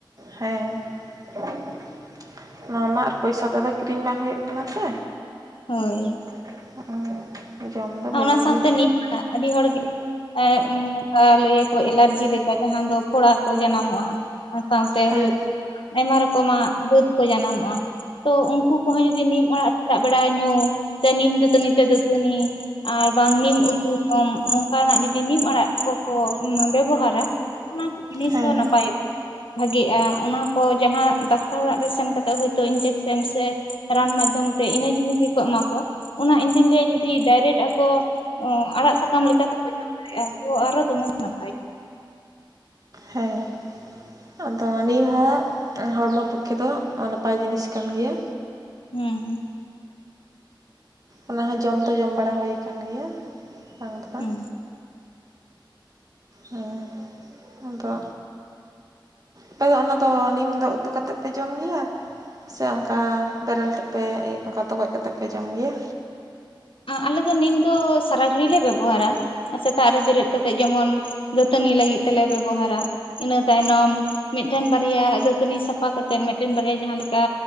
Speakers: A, on the right (about 45°); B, on the left (about 85°).
A: ᱦᱮᱸ <inaudible> ᱱᱚᱣᱟ ᱢᱟ ᱟᱨ ᱯᱚᱭᱥᱟ ᱛᱮᱫᱚ ᱠᱤᱨᱤᱧ ᱵᱟᱝ ᱦᱩᱭᱩᱜ ᱠᱟᱱᱟ ᱥᱮ
B: ᱦᱳᱭ
A: <unintelligible> ᱵᱷᱟᱜᱮ
B: ᱚᱱᱟ ᱥᱟᱶᱛᱮ
A: ᱜᱮᱭᱟ
B: ᱱᱤᱭᱟᱹ ᱟᱹᱰᱤ ᱦᱚᱲᱜᱮ ᱮᱸ ᱩ ᱩᱱᱠᱟ ᱞᱟᱹᱭᱟᱠᱚ ᱮᱞᱟᱨᱡᱤ ᱞᱮᱠᱟ ᱡᱟᱦᱟᱸ ᱫᱚ ᱯᱷᱚᱲᱟ ᱠᱚ ᱡᱟᱱᱟᱢᱚᱜᱼᱟ ᱥᱟᱶᱛᱮ
A: ᱦᱮᱸ
B: ᱦᱩᱭᱩᱜ ᱟᱭᱢᱟ ᱨᱚᱠᱚᱢᱟᱜ ᱫᱟᱹᱛ ᱠᱚ ᱡᱟᱱᱟᱢᱚᱜᱼᱟ ᱛᱳ ᱩᱱᱠᱩ ᱠᱚᱦᱚᱸ ᱡᱩᱫᱤ ᱱᱤᱢ ᱟᱲᱟᱜ ᱥᱮᱛᱟᱜ ᱵᱮᱲᱟ ᱧᱩ ᱥᱮ ᱱᱤᱢ ᱫᱟᱹᱛᱟᱹᱱᱤ ᱛᱮ ᱫᱟᱹᱛᱟᱹᱱᱤ ᱟᱨ ᱵᱟᱝ ᱱᱤᱢ ᱩᱛᱩ ᱡᱚᱢ ᱱᱚᱝᱠᱟᱱᱟᱜ ᱡᱩᱫᱤ ᱱᱤᱢ ᱟᱲᱟᱜ ᱠᱚᱠᱚ ᱵᱮᱵᱚᱦᱟᱨᱟ ᱾ ᱚᱱᱟ ᱠᱚ ᱡᱤᱱᱤᱥ
A: ᱦᱮᱸ
B: ᱦᱚᱸ ᱱᱟᱯᱟᱭᱚᱜᱼᱟ
A: ᱦᱮᱸ
B: ᱵᱷᱟᱜᱤᱜᱼᱟ ᱚᱱᱟ ᱠᱚ ᱡᱟᱦᱟᱸ ᱫᱟᱠᱛᱟᱨ ᱚᱲᱟᱜ ᱨᱮ ᱥᱮᱱ ᱠᱟᱛᱮᱜ ᱦᱚᱳᱛᱳ ᱤᱧᱡᱮᱠᱥᱮᱱ ᱥᱮ ᱨᱟᱱ ᱢᱟᱫᱽᱫᱷᱚᱢ ᱛᱮ ᱤᱱᱟᱹ ᱡᱤᱱᱤᱥ ᱜᱮᱠᱚ ᱮᱢᱟ ᱠᱚᱣᱟ ᱚᱱᱟ ᱤᱧ ᱫᱩᱧ ᱞᱟᱹᱭᱟ ᱡᱩᱫᱤ ᱰᱟᱭᱨᱮᱴ ᱠᱚ ᱟᱲᱟᱜ ᱥᱟᱠᱟᱢ ᱞᱮᱠᱟ ᱛᱮ ᱠᱚ ᱡᱚᱢ ᱫᱟᱲᱮᱜᱼᱟ ᱛᱚ ᱟᱨᱚ ᱫᱚᱢᱮ ᱱᱟᱯᱟᱭ᱾
A: ᱦᱮᱸ ᱟᱫᱚ ᱱᱤᱭᱟᱹ ᱦᱚᱸ ᱦᱚᱲᱢᱚ ᱯᱚᱠᱠᱷᱮ ᱫᱚ ᱱᱟᱯᱟᱭ ᱡᱤᱱᱤᱥ ᱠᱟᱱ ᱜᱮᱭᱟ
B: ᱦᱩᱸ
A: ᱚᱱᱟ ᱦᱚᱸ ᱡᱚᱢ ᱫᱚ ᱡᱚᱢ ᱵᱟᱲᱟ ᱦᱩᱭ ᱟᱠᱟᱱ ᱜᱮᱭᱟ ᱵᱟᱝ ᱫᱚ ᱵᱟᱝ
B: ᱦᱩᱸ
A: ᱦᱩᱸ ᱟᱫᱚ ᱟᱯᱮ ᱫᱚ ᱚᱱᱟᱫᱚ ᱱᱤᱢ ᱫᱚ ᱩᱛᱩ ᱠᱟᱛᱮᱫ ᱯᱮ ᱡᱚᱢ ᱜᱮᱭᱟ ᱥᱮ ᱚᱱᱠᱟ ᱵᱮᱨᱮᱞ ᱛᱮᱯᱮ ᱚᱱᱠᱟ ᱛᱚᱜᱚᱡ ᱠᱟᱛᱮᱫ ᱯᱮ ᱡᱚᱢ ᱜᱮᱭᱟ
B: ᱟᱞᱮ ᱫᱚ ᱱᱤᱢ ᱫᱚ ᱥᱟᱨᱟ ᱜᱷᱟᱹᱲᱤ ᱞᱮ ᱵᱮᱵᱚᱦᱟᱨᱟ ᱟᱨ ᱥᱮᱛᱟᱜ ᱨᱮ ᱵᱮᱨᱮᱫ ᱠᱟᱛᱮᱜ ᱡᱮᱢᱚᱱ ᱫᱟᱹᱛᱟᱹᱱᱤ ᱞᱟᱹᱜᱤᱫ ᱛᱮᱞᱮ ᱵᱮᱵᱚᱦᱟᱨᱟ ᱤᱱᱟᱹ ᱛᱟᱭᱱᱚᱢ ᱢᱤᱫᱴᱮᱱ ᱵᱟᱨᱭᱟ ᱫᱟᱹᱛᱟᱹᱱᱤ ᱥᱟᱯᱷᱟᱛᱮᱫ ᱢᱤᱫᱴᱮᱱ ᱵᱟᱨᱭᱟ ᱡᱟᱦᱟᱸ ᱞᱮᱠᱟ